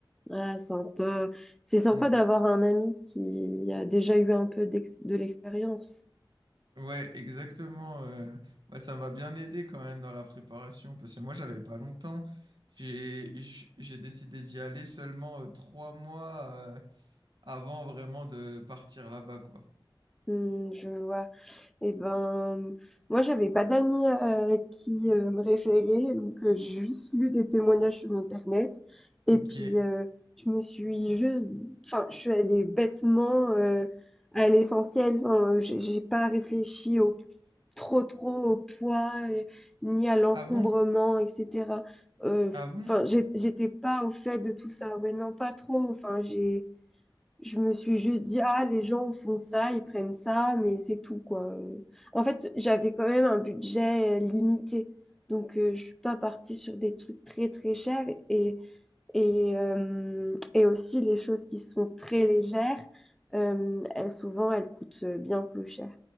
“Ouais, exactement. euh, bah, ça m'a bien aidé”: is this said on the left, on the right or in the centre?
Right